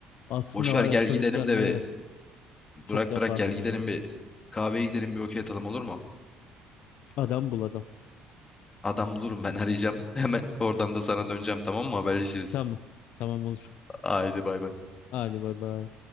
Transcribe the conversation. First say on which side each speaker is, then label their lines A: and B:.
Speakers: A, on the left; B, on the left.
A: Aslında
B: Boş ver
A: var
B: gel
A: ya çocukken
B: gidelim de
A: evet
B: ve bırak
A: çok yapardım
B: bırak gel gidelim
A: ya.
B: bir kahveye gidelim bir okey atalım olur mu?
A: Adam buladım.
B: Adam bulurum ben arayacağım <laughs> hemen. Oradan da sana döneceğim tamam mı? Haberleşiriz.
A: Tamam. Tamam olur.
B: Haydi bay bay.
A: Hadi bay bay.